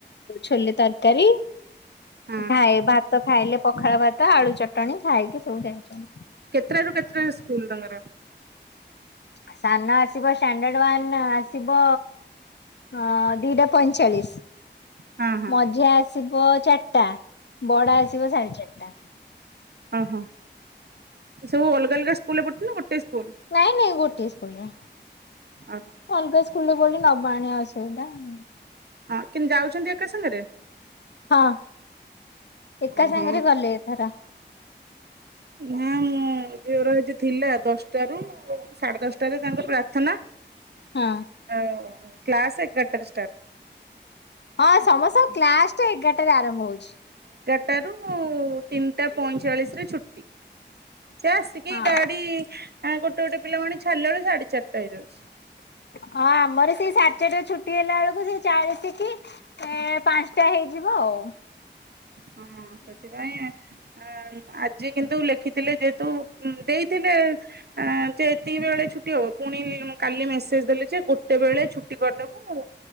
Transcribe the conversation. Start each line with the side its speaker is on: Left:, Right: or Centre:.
Left: ଛୋଲେ ତରକାରୀ
Right: ହଁ
Left: ଭାଇ
Right: ହଁ।
Left: ଭାତ ଖାଇଲେ ପଖାଳ ଭାତ ତ ଆଳୁ ଚଟଣି ଖାଇକି ସବୁ ଯାଇଛନ୍ତି।
Right: କେତେଟ ରାରୁ କେତେଟ ସ୍କୁଲ ତାଙ୍କର?
Left: ସାନ ଆସିବ ଷ୍ଟାଣ୍ଡାର୍ଡ ୱନ୍ ଆସିବ ଅ ଦିଟା ପଇଁଚାଳିଶ।
Right: ହଁ ହଁ
Left: ମଝିଆ ଆସିବ ଚାରଟା ବଡା ଆସିବ ସାଢେ ଚାରିଟା।
Right: ଓ ହଁ ସବୁ ଅଲଗା ଅଲଗା ସ୍କୁଲରେ ପଠୁଛନ୍ତି ନା ସ୍କୁଲ
Left: ନାଇଁ ନାଇଁ ଗୋ ଟେଷ୍ଟ ବଢିଆ
Right: ଓହୋ
Left: ଅଲଗା ସ୍କୁଲରେ ବୋଲି ନବାଣଣିଆ ଅସୁ ଶୋଇଲାଣି
Right: ହଁ କିନ୍ତୁ ଯାଉଛନ୍ତି ଏକା ସାଙ୍ଗରେ
Left: ହଁ ଏକା
Right: ଓହୋ।
Left: ସାଙ୍ଗରେ ଗଲେ ଏଥର।
Right: ନା ମୁଁ ଝିଅର ଝିଅର ଆଜି ଥିଲା ଦଶଟାରୁ ସାଢେ ଦଶଟାରେ ତାଙ୍କର ପ୍ରାର୍ଥନା
Left: ହଁ
Right: ଆଉ କ୍ଲାସ୍ ଏଗାଟାରେ ଷ୍ଟାଟ।
Left: ହଁ ସମସ୍ତ କ୍ଲାସ୍ ଟା ଏଗାରଟାରେ ଆରମ୍ଭ ହଉଛି।
Right: ଟାରୁ ଉ ତିନିଟା ପଇଁଚାଳିଶରେ ଛୁ ସେ ଆସିକି
Left: ହଁ
Right: ଗାଡ଼ି ଆ ଗୋଟେ ଗୋଟେ ଗୋଟେ ପିଲା ଙ୍କୁ ଆଣିକି ଛାଡିଲା ଏଳୁକୁ ସାଢେ ଚାରିଟା ହେଇଯାଉଛି।
Left: ହଁ ଆମର ସେଇ ସାଡ଼େ ଚାରିଟା ଛୁଟି ହେଲା ବେଳକୁ ସେଇ ଚାଳିଶି କି ପାଞ୍ଚଟା ହେଇଯିବ ଆଉ।
Right: ହଁ ସେଥିପାଇଁ ଆ ଆଜି କିନ୍ତୁ ଲେଖିଥିଲେ ଯେହେତୁ ଦେଇଥିଲେ ଆଁ ଯେ ଏତିକି ବେଳେ ଛୁଟି ପୁଣି କାଲି ମେସେଞ୍ଜ ଦେଲି ଯେ ଗୋଟେ ଏତେବେଳେ ଛୁଟି କରିଦେବୁ